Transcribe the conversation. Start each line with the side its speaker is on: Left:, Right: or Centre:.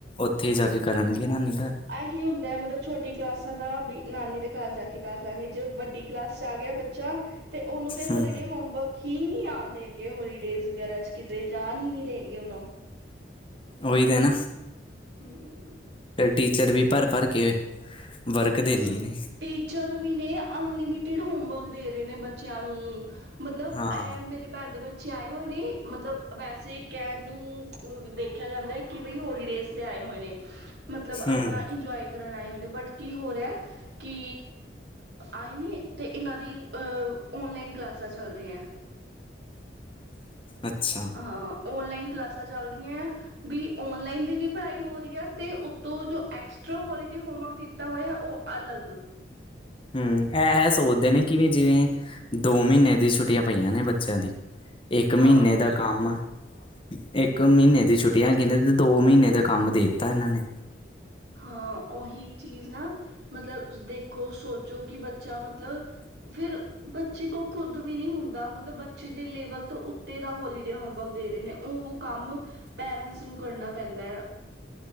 Left: ਉੱਥੇ ਹੀ ਜਾ ਕੇ ਕਰਨਗੇ ਨਾਨੀ ਕਾਰ।
Right: ਐਹੀ ਹੁੰਦਾ ਐ ਮਤਲਬ ਛੋਟੀ ਕਲਾਸਾਂ ਦਾ ਵੀ ਨਾਨੀ ਦੇ ਕਾਰ ਜਾ ਕੇ ਕਰਲਾਂਗੇ ਜੇ ਵੱਡੀ ਕਲਾਸ ਚ ਆ ਗਿਆ ਬੱਚਾ, ਤੇ ਉਹਨੂੰ ਤੇ
Left: ਹੂੰ
Right: ਹੋਲੀਡੇ ਹੋਮਵਰਕ ਕੀ ਨਹੀਂ ਆਣ ਦੇਣਗੇ ਹੋਲੀਡੇਜ਼ ਵਗੈਰਾ ਚ ਕਿਤੇ ਜਾਣ ਹੀ ਨਹੀਂ ਦੇਣਗੇ ਉਹਨੁੰ।
Left: ਉਹੀ ਤੇ ਨਾ।
Right: ਹੂੰ
Left: ਟੀਚਰ ਵੀ ਭਰ-ਭਰ ਕੇ ਵਰਕ ਦਿੰਦੀ
Right: ਹਾਂ
Left: ਏ।
Right: ਟੀਚਰ ਵੀ ਨੇ, ਅਨਲਿਮਿਟਿਡ ਹੋਮਵਰਕ ਦੇ ਰਹੇ ਨੇ ਬੱਚਿਆਂ ਨੂੰ। ਮਤਲਬ,
Left: ਹਾਂ
Right: ਮੇਰੇ ਪੈਣ ਦੇ ਬੱਚ ਬੱਚੇ ਆਏ ਹੋਏ ਨੇ, ਮਤਲਬ ਵੈਸੇ ਕਹਿਣ ਨੂੰ ਦੇਖਿਆ ਜਾਂਦਾ ਐ ਕਿ ਬਈ ਹੋਲੀਡੇਜ਼ ਤੇ ਆਏ ਹੋਏ ਨੇ। ਮਤਲਬ,
Left: ਹੂੰ
Right: ਆਪਣਾ ਇੰਜੋਏ ਕਰਨ ਆਏ ਹੋਏ ਨੇ, ਬਟ ਕੀ ਹੋ ਰਿਹਾ ਕਿ ਆਏ ਨੇ, ਤੇ ਇਹਨਾਂ ਦੀ ਅ ਔਨਲਾਈਨ ਕਲਾਸਾਂ ਚੱਲ ਰਹੀਆਂ।
Left: ਅੱਛਾ।
Right: ਹਾਂ, ਔਨਲਾਈਨ ਕਲਾਸਾਂ ਚੱਲ ਰਹੀਆਂ। ਵੀ ਓਨਲਾਈਨ ਦੀ ਵੀ ਪੜ੍ਹਾਈ ਹੋ ਰਹੀ ਆ, ਤੇ ਉਤੋਂ ਜੋ ਏਕ੍ਸ੍ ਐਕਸਟਰਾ ਹੋਲੀਡੇ ਹੋਮਵਰਕ ਦਿੱਤਾ ਹੋਇਆ, ਉਹ ਅਲੱਗ।
Left: ਹੁੰ, ਏ ਇਹ ਸੋਚਦੇ ਨੇ, ਕਿਵੇਂ ਜਿਵੇਂ ਦੋ ਮਹੀਨੇ ਦੀ ਛੁੱਟੀਆਂ ਪਈਆਂ ਨੇ ਬੱਚਿਆਂ ਦੀ, ਇੱਕ ਮਹੀਨੇ
Right: ਹਾਂ
Left: ਦਾ ਕੰਮ। ਇੱਕ ਮਹੀਨੇ ਦੀ ਛੁੱਟੀਆਂ ਹੈਗੀਆਂ ਨੇ ਤੇ, ਦੋ ਮਹੀਨੇ ਦਾ ਕੰਮ ਦੇ ਦਿੱਤਾ ਇਹਨਾਂ ਨੇ।
Right: ਹਾਂ, ਉਹੀ ਚੀਜ਼ ਨਾ। ਮਤਲਬ, ਦੇਖੋ, ਸੋਚੋ, ਕਿ ਬੱਚਾ ਮਤਲਬ ਫਿਰ ਬੱਚੇ ਕੋਲ ਖੁਦ ਵੀ ਨੀ ਹੁੰਦਾ, ਮਤਲਬ ਬੱਚੇ ਦੇ ਲੇਵਲ ਤੋਂ ਤੇਏਡਾ ਹੋਲੀਡੇ ਹੋਮਵਰਕ ਦੇ ਰਹੇ ਨੇ, ਉਹ ਕੰਮ ਪੇਰੈਂਟਸ ਨੂੰ ਕਰਨਾ ਪੈਂਦਾ ਹੈ।